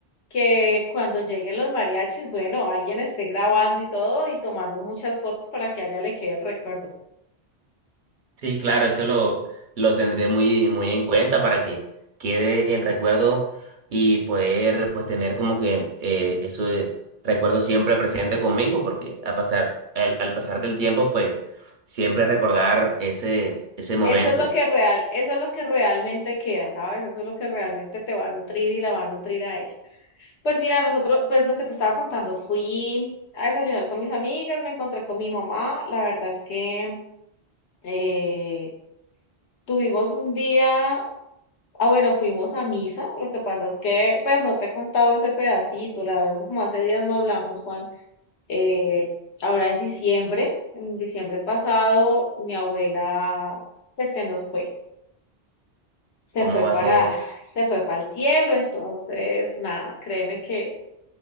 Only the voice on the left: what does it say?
que cuando lleguen los mariachis, bueno, alguien esté grabando y todo y tomando muchas fotos para que a ella le quede el recuerdo.
Eso es lo que real, eso es lo que realmente queda, ¿sabes? Eso es lo que realmente te va a nutrir y la va a nutrir a ella. Pues mira, nosotros, pues lo que te estaba contando, fui a desayunar con mis amigas, me encontré con mi mamá, la verdad es que eh, tuvimos un día, ah bueno, fuimos a misa, lo que pasa es que pues no te he contado ese pedacito, la verdad como hace días no hablamos, Juan, eh, ahora en diciembre, en diciembre pasado, mi abuela pues se nos fue. se
fue
para,
se fue para el cielo, entonces, nada, créeme que